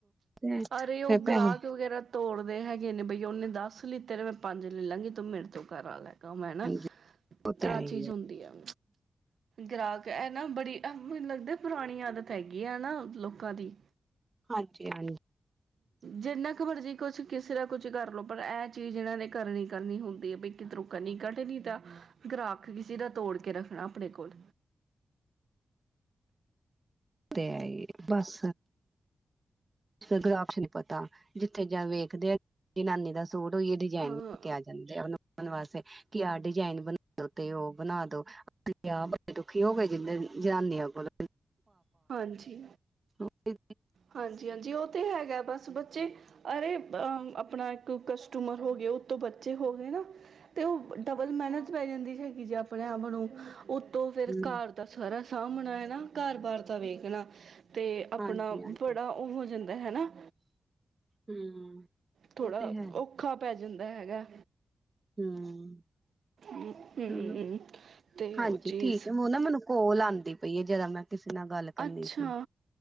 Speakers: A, on the right (about 25°); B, on the right (about 70°).
A: ਫੇਰ
B: ਅਰੇ ਉਹ
A: ਪੈਸੇ
B: ਗ੍ਰਾਹਕ ਵਗੈਰਾ ਤੋੜ ਹੈਗੇ ਇਨੇ ਬ ਉਹਨੇ ਦੱਸ ਲਿੱਤੇ ਤੇ ਮੈਂ ਪੰਜ ਲੈ ਲਾਂਗੀ ਤੂੰ ਮੇਰੇ ਤੋਂ ਘਰ ਆ ਲੈਗਾ ਮੈਂਾ
A: ਹਾਂਜੀ ਉਹ ਤੇ ਹੈ
B: ਆਹ
A: ਹੀ
B: ਚੀਜ਼
A: ਹੈ
B: ਹੁੰਦੀ ਆ ਗ੍ਰਾਹਕ ਇਹ ਨਾ ਬੜੀ ਮੈਨੂੰ ਲੱਗਦਾ ਪੁਰਾਣੀ ਆਦਤ ਹੈਗੀ ਆਾ ਕਦੀ
A: ਹਾਂਜੀ ਹਾਂਜੀ
B: ਜਿੰਨਾ ਕੁ ਮਰਜ਼ੀ ਕੁਛ ਕਿਸੇ ਦਾ ਕੁਝ ਕਰ ਲੋ ਪਰ ਇਹ ਚੀਜ਼ ਇਹਨਾਂ ਨੇ ਕਰਨੀ ਕਰਨੀ ਹੁੰਦੀ ਦੇ ਬਤੋ ਕਨੀ ਕਟਨ ਦਾ ਗ੍ਰਕ ਕਿਸੇ ਦਾ ਤੋੜ ਕੇ ਰੱਖਣਾ ਆਪਣੇ ਕੋਲ
A: ਅ ਆਏ ਬੱਸ ਦਾ ਗਲਾਬ ਚ ਨਹੀਂ ਪਤਾ ਉੱਥੇ ਜਾਂ ਵੇਖਦੇ ਆ ਜਨਾਨੀ ਦਾ ਸੂਟ ਹੋਈਏ ਡਿਜਾਇਨ
B: ਹਾਂ
A: ਲੈ ਕੇ ਆ ਜਾਂਦੇ ਆ ਵਾਸਤੇ ਕਿ ਆਹ ਡਿਜਾਇਨ ਬਣਾ ਦੋ ਤੇ ਉਹ ਬਣਾ ਦੋ ਆਹ ਬੜੇ ਦੁਖੀ ਹੋ ਗਏ ਜਨਾਨੀਆਂ ਕੋਲੋਂ
B: ਹਾਂਜੀ
A: ਕੇ
B: ਹਾਂਜੀ ਹਾਂਜੀ ਉਹ ਤੇ ਹੈਗਾ ਬਸ ਬੱਚੇ ਅਰੇ ਅ ਆਪਣਾ ਇੱਕ ਕਸਟਮਰ ਹੋ ਗ ਉਹਤ ਬੱਚੇ ਹੋ ਗਏ ਨਾ ਤੇ ਉਹ ਡਬਲ ਮਿਹਨਤ ਪੈ ਜਾਂਦੀ ਹੈਗੀ ਜੇ ਆਪਣੇ ਆਪ ਨੂੰ ਉਤੋਂ
A: ਹਮ
B: ਫਿਰ ਘਰ ਦਾ ਸਾਰਾ ਸਾਹਮਣਾ ਹੈ ਨਾ ਘਰ ਬਾਹਰ ਤਾ ਵੇਖਣਾ ਤੇ ਆਪਣਾ
A: ਹਾਂਜੀ ਹਾਂਜੀ
B: ਬੜਾ ਉਹ ਵਜਨ ਹੈ। ਹਨਾ
A: ਹਮ
B: ਥੋੜਾ
A: ਉਹ ਤੇ ਹੈ
B: ਔਖਾ ਪੈ ਜਾਂਦਾ ਏ ਹੈਗਾ।
A: ਹਮ
B: ਹੂੰ
A: ਚਲੋ
B: ਤੇ
A: ਹਾਂਜੀ
B: ਉਹ ਚੀਜ਼
A: ਠੀਕ ਹੈ, ਓ ਨਾ ਮੈਨੂੰ ਕੋਲ ਆਉਂਦੀ। ਪਈਏ ਜਰਾ ਮੈਂ ਕਿਸੇ ਨਾਲ ਗੱਲ ਕਰਨੀ
B: ਅੱਛਾ
A: ਸੀ।